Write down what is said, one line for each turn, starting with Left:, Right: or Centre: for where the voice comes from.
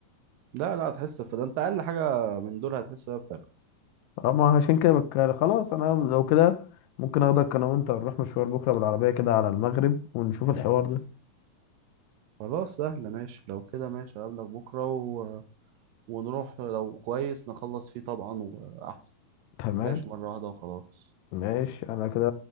Right: لا لا هتحس في ده انت اقل حاجه من دول هتحس بيها بفرق
Left: اه ما عشان كده بك... خلاص انا لو كده ممكن اخدك انا وانت نروح مشوار بكره بالعربيه كده على المغرب ونشوف الحوار ده
Right: خلاص سهله ماشي لو كده ماشي اقابلك بكره و... ونروح لو كويس نخلص فيه طبعا واحسن
Left: تمام
Right: كاش مره واحده وخلاص
Left: ماشي انا كده